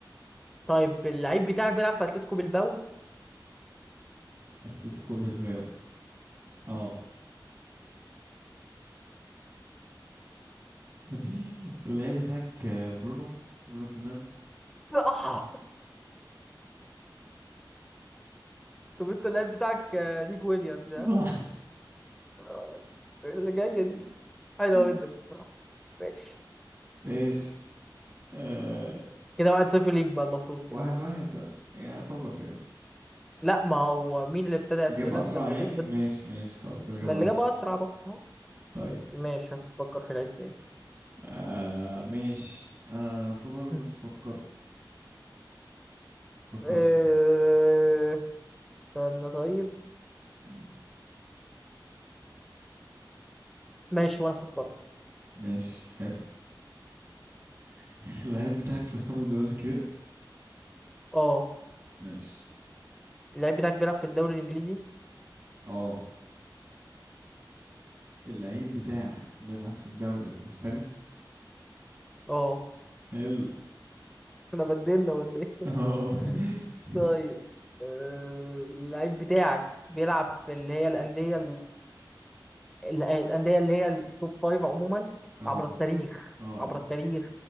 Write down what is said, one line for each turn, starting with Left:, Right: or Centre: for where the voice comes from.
Centre: طيب اللعيب بتاعك بيلعب في اتلتيكو بالباو
Right: اتلتيكو بالباو اه <laughs> اللعيب بتاعك آه، برونو برونو فرنانديز
Centre: <laughs> طب انت اللعيب بتاعك آه، نيكو ويليامز ها
Right: صح
Centre: آه، اللي جاية دي حلو
Right: <laughs>
Centre: منك بصراحة ماشي
Right: ايش آه
Centre: كده واحد صفر ليك بقى المفروض كده
Right: واحد واحد بقى يعني يعتبر يعني
Centre: لا ما هو مين اللي ابتدى
Right: الإجابة
Centre: أسئلة
Right: أسرع
Centre: انت ابتديت
Right: يعني
Centre: بس
Right: ماشي ماشي خلاص الإجابة
Centre: ما اللي
Right: أسرع
Centre: جاب أسرع بقى اه.
Right: طيب
Centre: ماشي هفكر في لعيب تاني
Right: آه ماشي أنا أعتبر
Centre: م.
Right: فكرت فكرتها
Centre: اه، استنى طيب
Right: مم.
Centre: ماشي وانا فكرت
Right: ماشي حلو <laughs> اللعيب بتاعك في الخمس دوريات الكبيرة
Centre: اه
Right: ماشي
Centre: اللعيب بتاعك بيلعب في الدوري الإنجليزي
Right: اه اللعيب بتاعك بيلعب في الدوري الإسباني
Centre: اه
Right: حلو
Centre: احنا بدلنا ولا ايه
Right: اه <laughs>
Centre: <laughs> طيب اه، اللعيب بتاعك بيلعب في اللي هي الأندية ال- الأندية اللي هي التوب فايف عموما
Right: اه
Centre: عبر التاريخ
Right: اه اه
Centre: عبر التاريخ